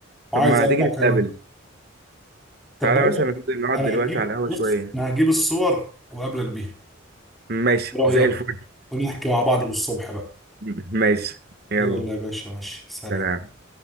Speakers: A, in the centre; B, on the right (about 50°).
A: وعايز
B: طب ما
A: ارجع
B: تيجي نتقابل
A: تاني طب
B: تعالى
A: بقول
B: مثلا
A: لك
B: ننزل نقعد
A: انا
B: دلوقتي
A: هجيب
B: على القهوة
A: بص
B: شوية
A: انا هجيب الصور وقابلك بيها
B: ماشي
A: إيه رايك
B: زي الفل
A: ونحكي مع بعض للصبح بقى
B: <laughs> ماشي يلا
A: يلا يا باشا ماشي سلام
B: سلام